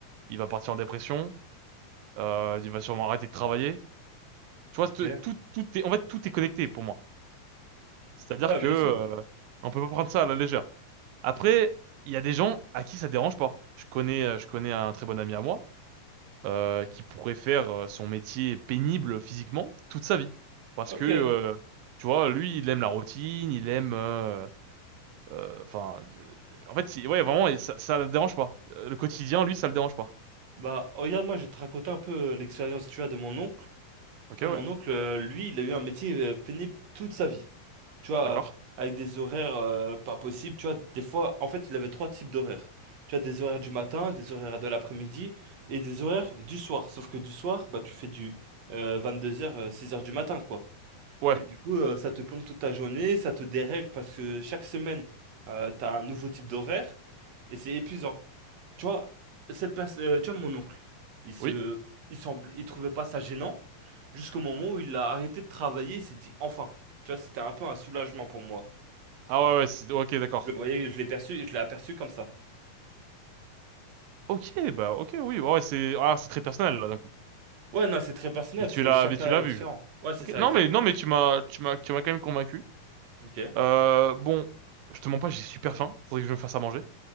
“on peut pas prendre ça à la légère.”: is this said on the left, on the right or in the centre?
Right